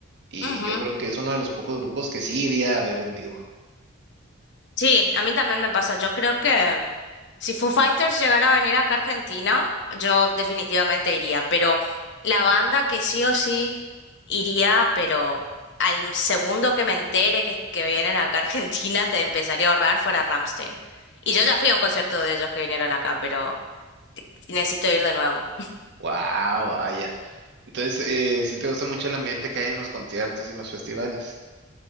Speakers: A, on the right (about 55°); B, on the left (about 60°).
A: y
B: Ujú.
A: yo creo que es uno de los pocos grupos que sí iría a ver en vivo.
B: Sí, a mí también me pasa. Yo creo que mm, si Foo Fighters llegara a venir acá a Argentina, yo definitivamente iría. Pero la banda que sí o sí iría, pero al segundo que me entere que, que vienen acá a Argentina, te empezaría a ahorrar fuera Ramstein. Y yo ya fui a un concierto de ellos que vinieron acá, pero necesito ir de nuevo.
A: Wow, vaya. Entonces, eh, sí te gusta mucho el ambiente que hay en los conciertos y en los festivales.